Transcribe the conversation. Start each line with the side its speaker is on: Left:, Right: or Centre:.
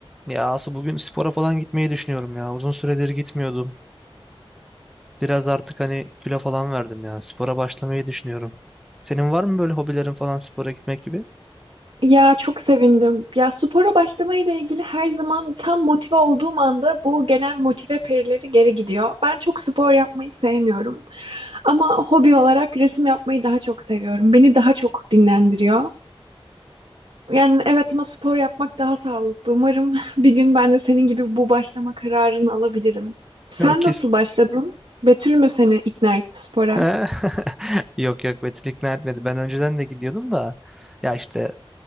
Centre: Ya Asu bugün spora falan gitmeyi düşünüyorum ya. Uzun süredir gitmiyordum. Biraz artık hani kilo falan verdim ya. Spora başlamayı düşünüyorum. Senin var mı böyle hobilerin falan spora gitmek gibi?
Right: Ya çok sevindim. Ya spora başlamayla ilgili her zaman tam motive olduğum anda bu gelen motive perileri geri gidiyor. Ben çok spor yapmayı sevmiyorum. Ama hobi olarak resim yapmayı daha çok seviyorum. Beni daha çok dinlendiriyor. Yani evet ama spor yapmak daha sağlıklı. Umarım <laughs> bir gün ben de senin gibi bu başlama kararını alabilirim. Sen
Centre: Ya kes.
Right: nasıl başladın? Betül mü seni ikna etti spora?
Centre: <laughs> Yok yok Betül ikna etmedi. Ben önceden de gidiyordum da. Ya işte